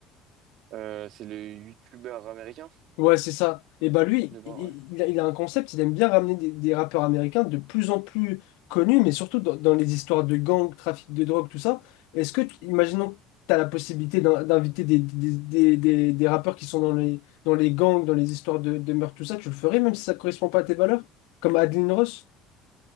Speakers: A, on the right; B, on the left.
A: Euh, c'est le youtubeur américain,
B: Ouais, c'est ça. Et bah lui,
A: le bras,
B: il, il-
A: ouais.
B: il a, il a un concept, il aime bien ramener des, des rappeurs américains de plus en plus connus, mais surtout dans, dans les histoires de gangs, trafic de drogue, tout ça. Est-ce que, tu- imaginons que tu as la possibilité d'in- d'inviter des, des, des, des, des rappeurs qui sont dans les, dans les gangs, dans les histoires de, de meurtre, tout ça, tu le ferais même si ça correspond pas à tes valeurs? Comme Adeline Ross?